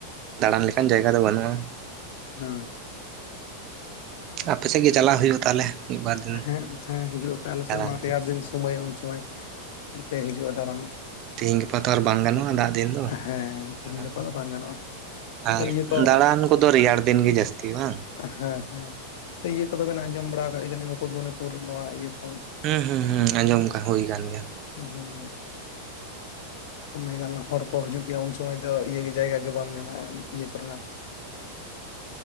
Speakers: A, on the right; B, on the left.
A: ᱫᱟᱬᱟᱱ ᱞᱮᱠᱟᱱ ᱡᱟᱭᱜᱟ ᱫᱚ ᱵᱟᱹᱱᱩᱜᱼᱟ᱾
B: ᱦᱩᱸ
A: ᱟᱯᱮᱥᱮᱜ ᱜᱮ ᱪᱟᱞᱟᱣ ᱦᱩᱭᱩᱜᱼᱟ, ᱛᱟᱦᱚᱸᱞᱮ ᱢᱤᱫ-ᱵᱟᱨ ᱫᱤᱱ?
B: ᱦᱮᱸ ᱦᱮᱸ ᱦᱤᱡᱩᱜ ᱟᱯᱮ ᱟᱞᱮ ᱥᱮᱫ,
A: ᱫᱟᱬᱟᱱ
B: ᱚᱱᱟ
A: ᱠᱚ
B: ᱨᱮᱭᱟᱲ ᱫᱤᱱ ᱥᱩᱢᱟᱹᱭ ᱩᱱ ᱥᱩᱢᱟᱹᱭ ᱯᱮ ᱦᱤᱡᱩᱜᱼᱟ, ᱫᱟᱬᱟᱱ
A: ᱛᱤᱦᱤᱧ ᱜᱟᱯᱟ ᱛᱚ ᱟᱨ ᱵᱟᱭ ᱜᱟᱱᱚᱜᱼᱟ, ᱫᱟᱜ ᱫᱤᱱ ᱫᱚ
B: ᱦᱮᱸ ᱛᱤᱦᱤᱧ
A: ᱫᱟᱬᱟᱱ
B: ᱜᱟᱯᱟ
A: ᱦᱚᱸ
B: ᱫᱚ ᱵᱟᱝ ᱜᱟᱱᱚᱜᱼᱟ?
A: ᱟᱨ
B: ᱛᱚ ᱤᱭᱟᱹ ᱠᱚ
A: ᱫᱟᱬᱟᱱ ᱠᱚᱫᱚ ᱨᱮᱭᱟᱲ ᱫᱤᱱ ᱜᱮ ᱡᱟᱹᱥᱛᱤ ᱵᱟᱝ?
B: ᱦᱮᱸ ᱦᱮᱸ ᱤᱭᱟᱹ ᱠᱚᱫᱚ ᱵᱤᱱ ᱟᱸᱡᱚᱢ ᱵᱟᱲᱟ ᱠᱟᱜ ᱜᱮᱭᱟ ᱡᱟᱹᱱᱤᱡ, ᱢᱩᱠᱩᱛᱢᱩᱱᱤᱯᱩᱨ? ᱱᱚᱣᱟ ᱤᱭᱟᱹ ᱠᱷᱚᱱ
A: ᱦᱩᱸ ᱦᱩᱸ ᱦᱩᱸ ᱟᱸᱡᱚᱢ ᱠᱟᱜ ᱦᱩᱭ ᱠᱟᱱ ᱜᱮᱭᱟ᱾
B: ᱦᱩᱸ ᱠᱚᱢᱮ ᱜᱟᱱ ᱦᱚᱲᱼᱼ ᱠᱚ ᱦᱤᱡᱩᱜ ᱜᱮᱭᱟ ᱩᱱ ᱥᱚᱢᱚᱭ ᱫᱚ ᱤᱭᱟᱹ ᱜᱮ ᱡᱟᱭᱜᱟ ᱜᱮ ᱵᱟᱢ ᱧᱟᱢᱟ ᱤᱭᱟᱹ ᱠᱚᱨᱮᱱᱟᱜ᱾